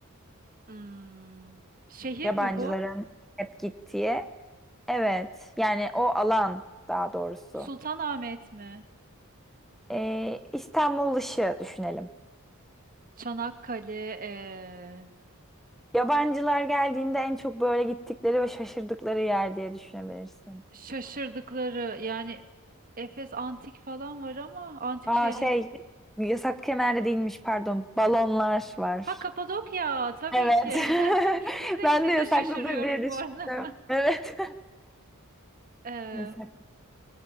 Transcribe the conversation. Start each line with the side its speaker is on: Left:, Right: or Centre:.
Right: Hmm, şehir
Centre: Yabancıların
Right: mi bu?
Centre: hep gittiği. Evet. Yani o alan daha doğrusu.
Right: Sultanahmet mi?
Centre: Ee, İstanbul dışı düşünelim.
Right: Çanakkale, eee,
Centre: Yabancılar geldiğinde en çok böyle gittikleri ve şaşırdıkları yer diye düşünebilirsin.
Right: şaşırdıkları yani Efes antik falan var ama antik
Centre: Aa
Right: şehri.
Centre: şey yasak kemer değilmiş pardon. Balonlar var.
Right: Ha Kapadokya tabii
Centre: Evet.
Right: ki. <laughs> Biz de
Centre: <laughs> Ben
Right: gidince
Centre: de yasaklıdır
Right: şaşırıyoruz
Centre: diye düşündüm.
Right: bu arada.
Centre: Evet.
Right: <laughs>
Centre: <laughs> Yasak.